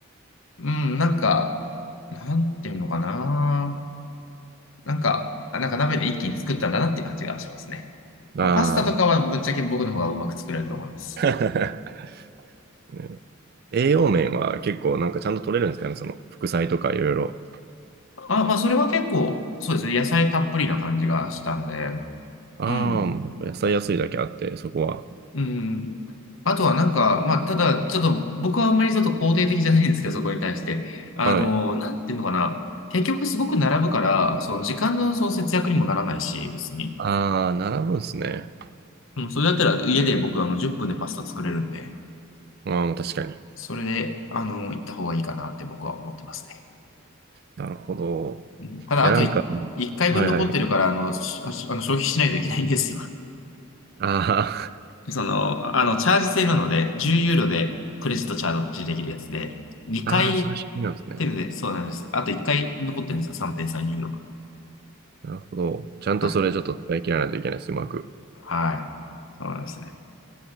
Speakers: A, on the left; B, on the right.
A: うん、なんか、なんていうのかな。なんか、あなんか鍋で一気に作ったんだなって感じがしますね。
B: あ
A: まあ、パスタとかはぶっちゃけ僕の方がうまく作れると思います。
B: あー。<laughs> 栄養面は結構なんかちゃんと取れるんですかね、その副菜とかいろいろ。
A: あ、まあ、それは結構、そうですね。野菜たっぷりな感じがしたんで、
B: ああ、
A: うん。
B: もうやっぱ野菜安いだけあって、そこは。
A: うん。あとはなんか、まあ、ただ、ちょっと僕はあんまりちょっと肯定的じゃないんですけど、そこに対して。あの、
B: はい。
A: なんていうのかな。結局すごく並ぶから、その時間のその節約にもならないし、別に。
B: ああ、並ぶんですね。
A: うん、それだったら家で僕あの10分でパスタ作れるんで、
B: ああ、確かに。
A: それで、あの、行った方がいいかなって僕は思ってますね。
B: なるほど。
A: うん、ただ、
B: いや、
A: あと1回分残ってるから、
B: なんか、はいはいはい。
A: あの、しあしあの消費しないといけないんですよ。
B: あ
A: その、あの、チャージ制なので、10ユーロでクレジットチャージできるやつで、2回
B: あ、<laughs> ああ、そういう仕組みなんですね。
A: テルで、そうなんです。あと1回残ってるんですよ、3.3ユーロ分。
B: なるほど。ちゃんとそれちょっと使い切らないといけないです、
A: はい。
B: うまく。
A: はい。そうなんですね。